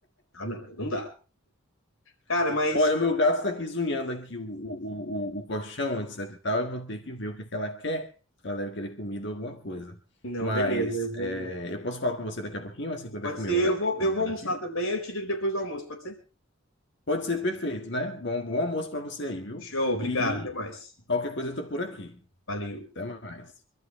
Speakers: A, on the left (about 80°); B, on the left (about 55°).
A: Ah, não, aí não dá. Cara,
B: <laughs>
A: mas
B: Olha, o meu gato está aqui zunhando aqui o, o, o, o o colchão, etc e tal. Eu vou ter que ver o que, é que ela quer. Ela deve querer comida ou alguma coisa.
A: não,
B: Mas
A: beleza. Eu vou.
B: é, eu posso falar com você daqui a pouquinho, assim, quando
A: Pode
B: é comer
A: ser,
B: o
A: eu
B: ga-
A: vou,
B: comer
A: eu vou almoçar
B: o gatinho?
A: também, aí eu te ligo depois do almoço, pode ser?
B: Pode ser perfeito, né? Bom, bom almoço para você aí, viu?
A: Show, obrigado,
B: E
A: até mais.
B: qualquer coisa eu tô por aqui.
A: Valeu.
B: Até mais.